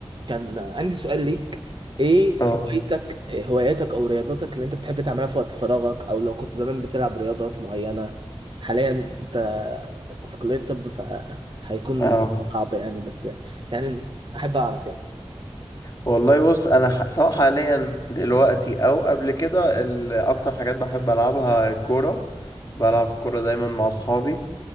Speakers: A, on the right (about 50°); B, on the left (about 30°).
A: كان عندي سؤال ليك ايه
B: اه
A: هوايتك هواياتك او رياضاتك اللي انت بتحب تعملها في وقت فراغك او لو كنت زمان بتلعب رياضات معينة حاليا انت في كلية طب فهيكون
B: اه
A: صعب يعني بس يعني احب اعرف يعني
B: والله بص انا ح... سواء حاليا دلوقتي او قبل كده ال- اكتر حاجات بحب العبها كوره بلعب كوره دايما مع اصحابي